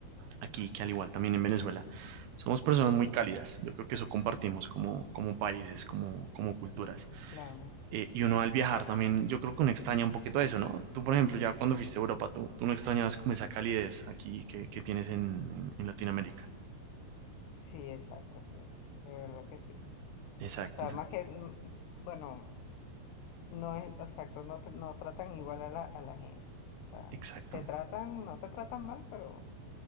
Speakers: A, on the right; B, on the left.
A: aquí, que al igual también en Venezuela, somos personas muy cálidas. Yo creo que eso compartimos como, como países, como, como culturas.
B: Claro.
A: Eh, y uno al viajar también, yo creo que uno extraña un poquito eso, ¿no? Tú, por ejemplo, ya cuando fuiste a Europa, tú, tú no extrañabas como esa calidez aquí que, que tienes en, en en Latinoamérica.
B: Sí, exacto, sí. De verdad que sí.
A: Exacto,
B: O sea,
A: exacto.
B: más que, mm, bueno, no es exacto, no, te- no tratan igual a la, a la gente. O sea,
A: Exacto.
B: te tratan, no te tratan mal, pero